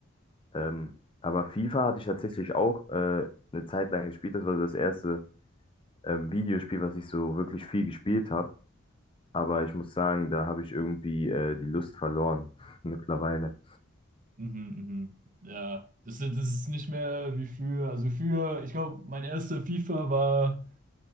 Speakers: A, on the left (about 25°); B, on the right (about 40°).
A: Ähm, aber FIFA hatte ich tatsächlich auch äh, eine Zeit lang gespielt. Das war so das erste ähm, Videospiel, was ich so wirklich viel gespielt habe. Aber ich muss sagen, da habe ich irgendwie äh, die Lust verloren <laughs> mittlerweile.
B: mhm, mhm. Ja, das, ist- das ist nicht mehr wie früher. Also früher, ich glaube, mein erster FIFA war